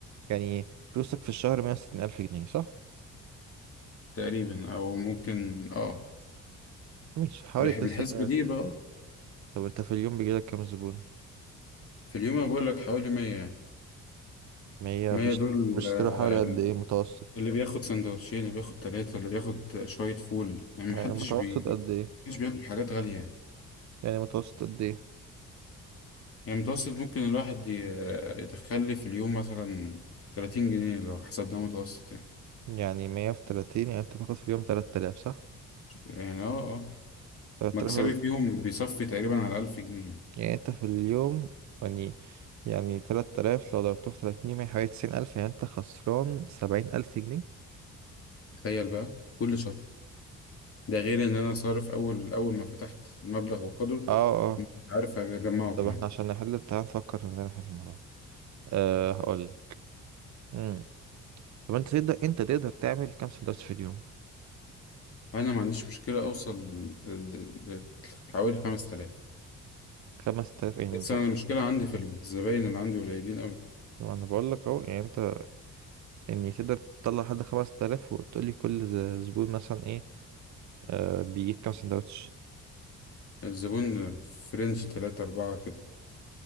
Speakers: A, on the right; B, on the left.
A: يعني فلوسك في الشهر مية وستين ألف جنيه صح؟
B: تقريبا او ممكن اه
A: ماشي حوالي
B: بحب
A: تصرف
B: الحسبة
A: مية
B: دي بقى اه
A: طب انت في اليوم بيجيلك كام زبون؟
B: في اليوم انا بقول لك حوالي 100 يعني
A: ما هي
B: 100
A: بيشت-
B: دول
A: بيشتروا
B: آه،
A: حوالي قد ايه متوسط؟
B: اللي بياخد سندوتشين اللي بياخد ثلاثة اللي بياخد شوية فول يعني
A: يعني
B: محدش
A: متوسط
B: بيجي
A: قد ايه؟
B: محدش بياكل حاجات غالية يعني
A: يعني متوسط قد ايه؟
B: يعني متوسط ممكن الواحد ي- يدخل لي في اليوم مثلا 30 جنيه لو حسبناه متوسط يعني
A: يعني مية في تلاتين يعني انت تاخد في اليوم تلات آلاف صح؟
B: يعني اه اه
A: تلات
B: مكسبي
A: آلاف
B: فيهم بيصفي تقريبا على 1000 جنيه يعني.
A: يعني انت في اليوم يعني يعني تلات آلاف لو ضربته في تلاتين يوم يعني حوالي تسعين ألف يعني انت خسران سبعين ألف جنيه؟
B: تخيل بقى كل شهر ده غير ان انا صارف اول اول ما فتحت المبلغ وقدره
A: اه اه
B: مش عارف اجمعه
A: طب
B: كمان
A: احنا عشان نحل تعال نفكر ازاي نحل الموضوع ده أه هقولك مم. طب انت تقدر انت تقدر تعمل كام سندوتش في اليوم؟
B: انا ما عنديش مشكله اوصل ل- ل- حوالي 5000
A: خمس تلاف يعني
B: بس
A: ده
B: انا المشكله عندي في الزباين اللي عندي قليلين قوي
A: ما انا بقولك اهو يعني انت يعني تقدر تطلع لحد 5000 وتقولي كل ز- زبون مثلا ايه آه بيجيب كام سندوتش
B: الزبون في رينج 3 4 كده